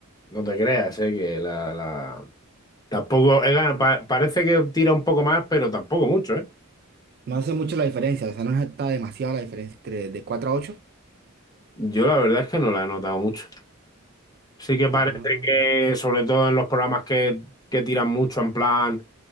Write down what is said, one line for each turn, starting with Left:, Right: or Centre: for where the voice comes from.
Left: no te creas, eh, que la, la- Tampoco, eh, gana- pa- parece que tira un poco más, pero tampoco mucho, ¿eh?
Right: No hace mucho la diferencia, o sea, no está demasiado la diferencia entre de 4 a ocho
Left: Yo la verdad es que no la he notado mucho. Sí que
Right: Ah,
Left: parece que, sobre todo en los programas que, que tiran mucho, en plan